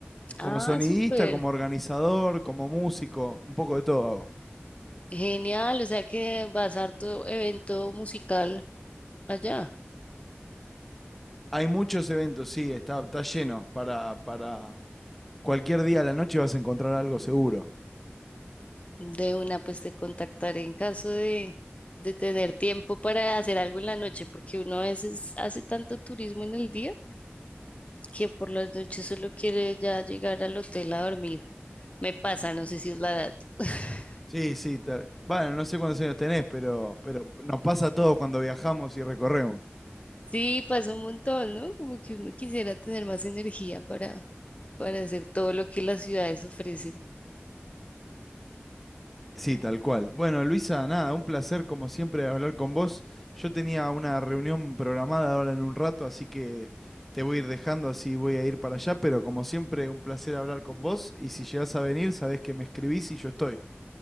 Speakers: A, in the centre; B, on the left.
A: Como
B: Ah,
A: sonidista,
B: súper.
A: como organizador, como músico, un poco de todo hago.
B: Genial, o sea que vas a harto evento musical allá.
A: Hay muchos eventos, sí, está, está lleno. Para, para cualquier día a la noche vas a encontrar algo seguro.
B: De una, pues te contactaré en caso de, de tener tiempo para hacer algo en la noche, porque uno a veces hace tanto turismo en el día que por las noches solo quiere ya llegar al hotel a dormir. Me pasa, no sé si es la edad. <laughs>
A: Sí, sí. te- bueno, no sé cuántos años tenés, pero, pero nos pasa a todos cuando viajamos y recorremos.
B: Sí, pasa un montón, ¿no? Como que uno quisiera tener más energía para, para hacer todo lo que las ciudades ofrecen.
A: Sí, tal cual. Bueno, Luisa, nada, un placer como siempre hablar con vos. Yo tenía una reunión programada ahora en un rato, así que te voy a ir dejando, así voy a ir para allá, pero como siempre, un placer hablar con vos y si llegás a venir, sabés que me escribís y yo estoy.